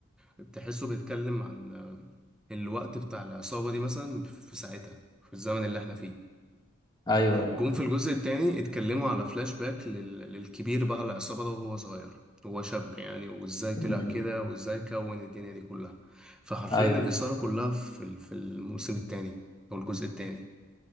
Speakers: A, in the centre; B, on the left.
A: بتحسه بيتكلم عن آه، الوقت بتاع العصابة دي مثلا في ساعتها في الزمن اللي احنا فيه
B: ايوه ايوه
A: جم في الجزء التاني اتكلموا على فلاش باك لل... للكبير بقى العصابة ده وهو صغير هو شاب يعني وازاي
B: مم.
A: طلع كده وازاي كون الدنيا دي كلها فحرفيا
B: ايوه
A: الإثارة كلها في ال- في الموسم التاني او الجزء التاني